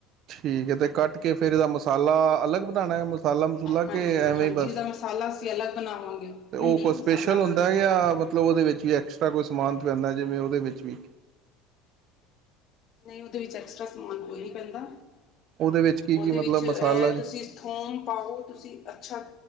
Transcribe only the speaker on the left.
ਹਾਂਜੀ
ਹਾਂਜੀ
ਇਹਦਾ ਮਸਾਲਾ ਅਸੀਂ ਅਲੱਗ ਬਣਾਵਾਂਗੇ
ਨਹੀਂ ਨਹੀਂ
ਮਸਾਲਾ ਅਲੱਗ
ਬਣਾਵਾਂਗੇ
ਨਹੀਂ ਉਹਦੇ ਵਿੱਚ ਐਕਸਟਰਾ ਸਮਾਨ ਕੋਈ ਨੀ ਪੈਂਦਾ,
ਉਹਦੇ
ਵਿੱਚ
ਇਹ
ਤੁਸੀਂ ਥੋਮ ਪਾਓ, ਤੁਸੀਂ ਅੱਛਾ